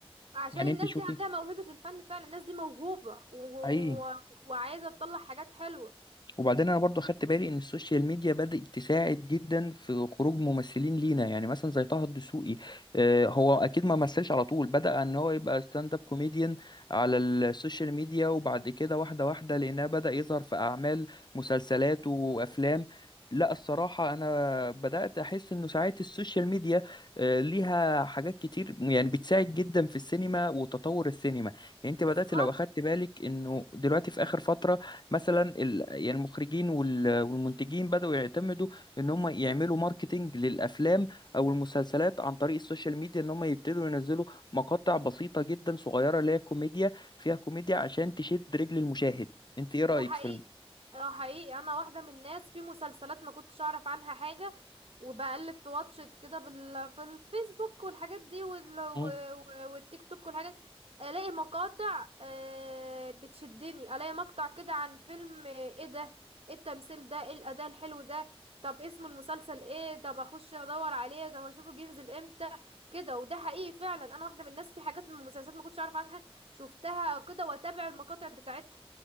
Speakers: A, on the right (about 70°); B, on the left (about 45°).
A: عشان
B: يعني
A: الناس
B: انت شوفي
A: دي عندها موهبة الفن فعلا الناس دي موهوبة و... و...
B: حقيقي
A: و... وعايزة تطلع حاجات حلوة
B: وبعدين انا برضو خدت بالي ان السوشيال ميديا بدأت تساعد جدا في خروج ممثلين لينا يعني مثلا زي طه الدسوقي آه، هو اكيد ما مثلش على طول بدأ ان هو يبقى ستاند اب كوميديان على السوشيال ميديا وبعد كده واحدة واحدة لانها بدأ يظهر في اعمال مسلسلات وافلام لا الصراحة أنا بدأت أحس إنه ساعات السوشيال ميديا آه، ليها حاجات كتير يعني بتساعد جدا في السينما وتطور السينما يعني أنت
A: بالظبط
B: بدأت لو أخدت بالك إنه دلوقتي في آخر فترة مثلا ال... يعني المخرجين وال... والمنتجين بدأوا يعتمدوا ان هم يعملوا ماركتينج للافلام او المسلسلات عن طريق السوشيال ميديا ان هم يبتدوا ينزلوا مقاطع بسيطة جدا صغيرة اللي هي كوميديا فيها كوميديا عشان تشد رجل المشاهد انت ايه رأيك
A: دي حقيقي
B: في الم-
A: اه حقيقي انا واحده من الناس في مسلسلات ما كنتش اعرف عنها حاجه وبقلب في واتشت كده بال... في الفيسبوك والحاجات دي وال... و...
B: مم.
A: و... والتيك توك والحاجات الاقي مقاطع آه، بتشدني الاقي مقطع كده عن فيلم آه، ايه ده ايه التمثيل ده ايه الاداء الحلو ده طب اسم المسلسل ايه طب اخش ادور عليه طب اشوفه بينزل امتى كده وده حقيقي فعلا انا واحده من الناس في حاجات من المسلسلات ما كنتش اعرف عنها شفتها كده واتابع المقاطع بتاعتها